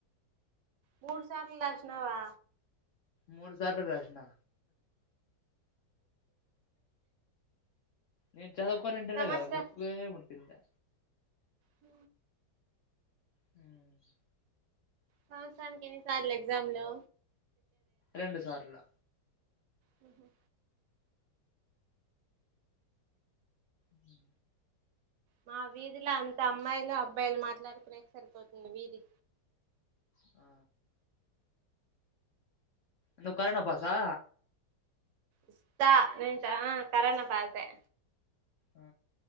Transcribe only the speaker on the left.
మూడుసార్లు రాస్నా నేను చదువుకోన్నింటే
కాదా బుకే ముట్టిండ్ల
మ్
రెండు సార్లు
హ్మ్
ఆ నువ్వు కరోణా పాసా
ఆ